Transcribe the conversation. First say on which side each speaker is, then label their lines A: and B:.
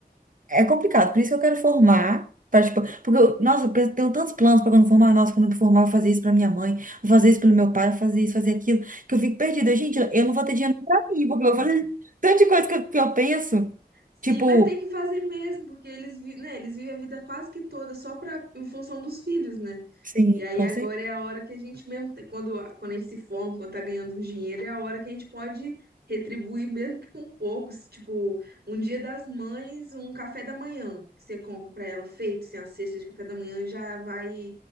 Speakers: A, on the right; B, on the right.
A: É complicado, por isso que eu quero formar. Pra, tipo, porque, eu, nossa, eu penso- tenho tantos planos para quando formar. Nossa, quando eu formar, eu vou fazer isso para minha mãe, vou fazer isso pelo meu pai, vou fazer isso, fazer aquilo, que eu fico perdida. Gente, eu não vou ter dinheiro para mim, porque eu vou fazer <laughs> tanta coisa que eu, que eu penso.
B: Sim,
A: Tipo,
B: mas tem que fazer mesmo, porque eles, vi- né, eles vivem a vida quase que toda só pra, em função dos filhos, né?
A: sim,
B: E aí
A: com
B: agora
A: cer-
B: é a hora que a gente mesmo, quando, quando a gente se forma, quando tá ganhando um dinheiro, é a hora que a gente pode retribuir mesmo que com pouco, se, tipo, um dia das mães, um café da manhã que você compra pra ela feito, assim, a cesta de café da manhã já vai